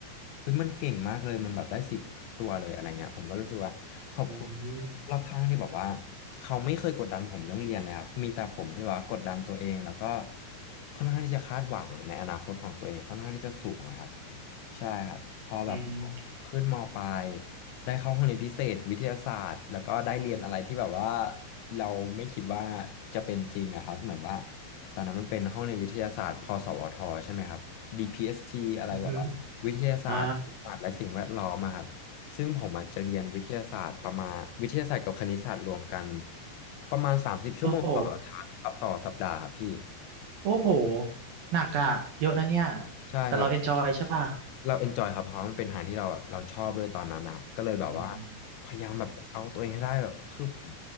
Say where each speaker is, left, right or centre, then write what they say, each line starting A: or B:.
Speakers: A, on the left; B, on the right.
A: เฮ้ยมันเก่งมากเลยมันแบบได้สี่เกับทุกตัวเลยอะไรเงี้ยผมก็รู้สึกว่าขอบคุณ
B: อืม
A: รอบข้างที่แบบว่าเขาไม่เคยกดดันผมเรื่องเรียนเลยครับมีแต่ผมที่แบบว่ากดดันตัวเองแล้วก็ค่อนข้างที่จะคาดหวังในอนาคตของตัวเองค่อนข้างที่จะสูงอะครับใช่ครับพอแบบ
B: อืม
A: ขึ้นมปลาย ได้เข้าห้องเรียนพิเศษวิทยาศาสตร์แล้วก็ได้เรียนอะไรที่แบบว่าเราไม่คิดว่าจะเป็นจริงอะครับเหมือนว่าตอนนั้นมันเป็นห้องเรียนวิทยาศาสตร์พสวทใช่ไหมครับ DPST อสทีอะไรแบบว่าวิทยาศาสตร์ศาสตร์และสิ่งแวดล้อมอะครับ
B: อือหืออ่า
A: ซึ่งผมอาจจะเรียนวิทยาศาสตร์ประมาณวิทยาศาสตร์กับคณิตศาสตร์รวมกันประมาณ30ชั่วโมงต่ออาทิตย์ต่อสัปดาห์ครับพี่
B: โอ้โหโอ้โหหนักอ่ะ เยอะนะเนี่ย
A: ใช่ครับ
B: แต่เราเอนจอยใช่ป่ะ
A: เราเอนจอยครับเพราะมันเป็นทางที่เราแบบเราชอบด้วยตอนนั้นนะครับก็เลยแบบว่า
B: อืม
A: พยายามแบบเอาตัวเองให้ได้แบบคือผม